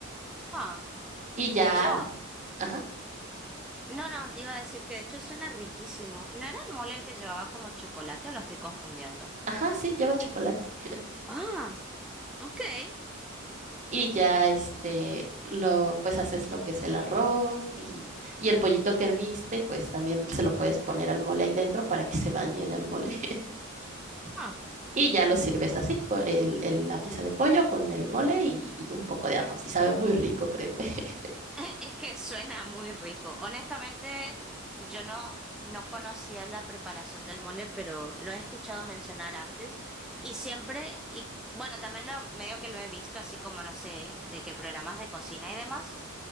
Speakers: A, in the centre; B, on the right.
A: Ah,
B: Y ya,
A: De hecho,
B: ajá,
A: no, no, te iba a decir que de hecho suena riquísimo. ¿No era el mole el que llevaba como chocolate o lo estoy confundiendo?
B: ajá, sí, lleva chocolate.
A: Ah, okay.
B: Y ya, este, lo, pues haces lo que es el arroz y, y el pollito que herviste, pues también se lo puedes poner al mole ahí dentro para que se bañe en el mole. <laughs>
A: Ah,
B: Y ya lo sirves así, con el, el- la pieza de pollo con el mole y, y un poco de arroz. Y sabe muy rico, créeme. <laughs>
A: <laughs> Es que suena muy rico. Honestamente, yo no, no conocía la preparación del mole, pero lo he escuchado mencionar antes y siempre, y bueno, también lo, medio que lo he visto, así como no sé, de qué programas de cocina y demás.